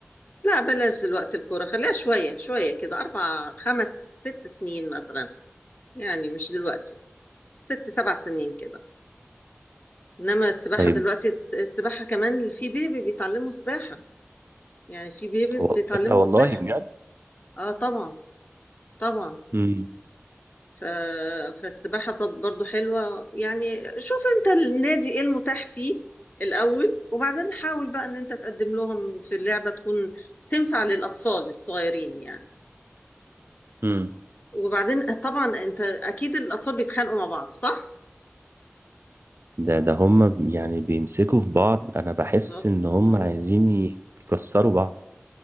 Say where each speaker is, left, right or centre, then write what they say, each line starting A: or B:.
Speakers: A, on the left; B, on the right.
A: لا بلاش دلوقتي الكورة خليها شوية شوية كده أربع خمس ست سنين مثلا يعني مش دلوقتي ست سبع سنين كده إنما السباحة
B: طيب
A: دلوقتي السباحة كمان في بيبي بيتعلموا سباحة يعني في بيبيز
B: هو
A: بيتعلموا
B: ايه ده والله
A: سباحة
B: بجد
A: آه طبعا طبعا
B: مم.
A: ف... فالسباحة طب برضو حلوة يعني شوف أنت النادي إيه المتاح فيه الأول وبعدين حاول بقى إن أنت تقدم لهم في اللعبة تكون تنفع للأطفال الصغيرين يعني
B: مم.
A: وبعدين طبعا انت اكيد الاطفال بيتخانقوا مع بعض صح؟
B: ده ده هم يعني بيمسكوا في بعض انا بحس
A: خلاص.
B: ان هم
A: مم.
B: عايزين يكسروا بعض